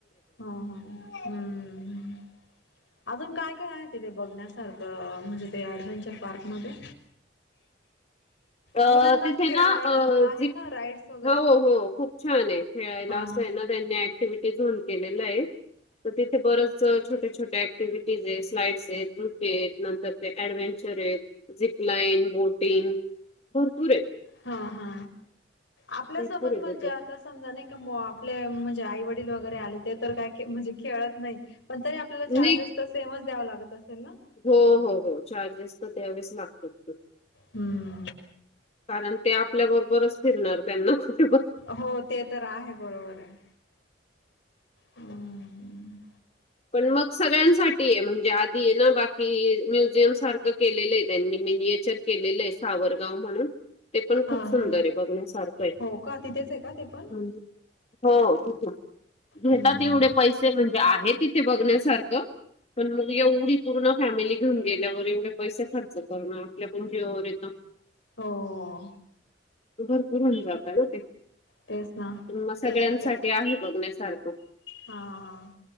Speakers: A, on the left; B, on the left.
A: हा हा हम्म अजून काय काय आहे तिथे बघण्यासारखं म्हणजे ते ऍडव्हेंचर पार्क मध्ये?
B: तअ
A: मुलांना
B: तिथे
A: खेळायला
B: ना अ, झिक
A: आहे ना राईड्स वगैरे
B: हो हो खूप छान आहे खेळायला
A: हा
B: असंय ना. त्यांनी ऍक्टिव्हटी झोन केलेलं आय. तर तिथे बरंच छोट्या छोट्या ऍक्टिव्हिटीजएत, स्माईल्सएत, झुटीएत, नंतर ते ऍडव्हेंचर आहेत, झिपलाईन, बोटिंग, भरपूर आहेत.
A: हा हा आपल्यासोबत
B: भरपूर आहे
A: म्हणजे.
B: तिथे.
A: आत तर समजा नाही का मो आपले म्हणजे आई वडील वगरे आले ते तर काय के म्हणजे खेळत नाहीत. पण तरी आपल्याला चार्जेस
B: नाही
A: तर सेमच द्यावा लागत असेल ना?
B: हो हो हो हो चार्जेस तर दयावेस लागतातं.
A: हम्म.
B: कारण ते आपल्याबरोबरच फिरणार त्यांना कोओण
A: हो ते तर आहे बरोबराय. हम्.
B: पण मग सगळ्यांसाठी आहे म्हणजे आधी आहे ना बाकी म्युझियम सारखं केलेलं आहे त्यांनी. मी याच्यात केलेलं आहे सावरगाव म्हणून ते पण
A: हा
B: खूप सुंदरय
A: हा
B: बघण्यासारखं आहे.
A: हो का, तिथेच आहे का? ते पण
B: हं, हो तिथे, घेतात
A: हम्म
B: येवढे पैसे म्हणजे आहे तिथे ते बघण्यासारखं पण मग एवढी पूर्ण फॅमिली घेऊन गेल्यावर एवढे पैसे खर्च करणं आपल्या पण जीवावर येतं.
A: होओओ.
B: भरपूर हुन जाता ना ते.
A: तेच ना
B: तुम्हा सगळ्यांसाठी
A: एक
B: आहे बघण्यासारखं.
A: हा.